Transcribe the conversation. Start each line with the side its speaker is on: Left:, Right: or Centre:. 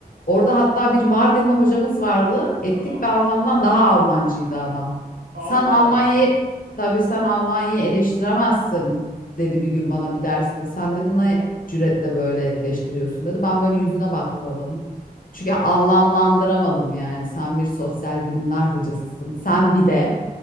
Left: orada hatta bir Mardinli hocamız vardı. Etnik
Right: Tamam.
Left: bir Almandan daha Almancıydı adam.
Right: Allah
Left: Sen Almanya'yı
Right: Allah.
Left: Tabii sen Almanya'yı eleştiremezsin dedi bir gün bana bir derste. Sen dedi ne cüretle böyle eleştiriyorsun dedi. Ben böyle yüzüne baktım adamın. Çünkü anlamlandıramadım yani. Sen bir sosyal bilimler hocasısın. Sen bile